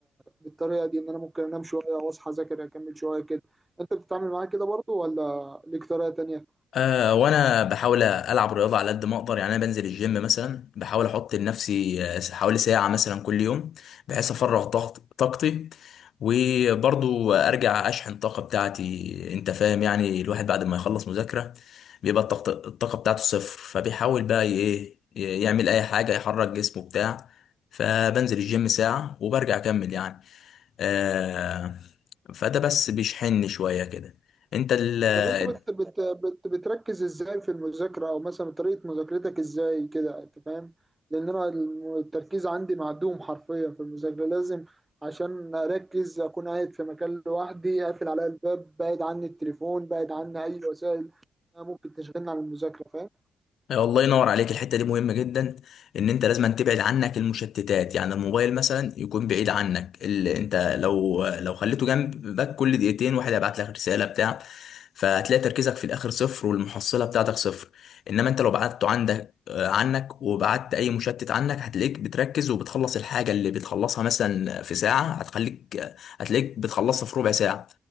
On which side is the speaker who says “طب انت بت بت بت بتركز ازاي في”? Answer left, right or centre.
Right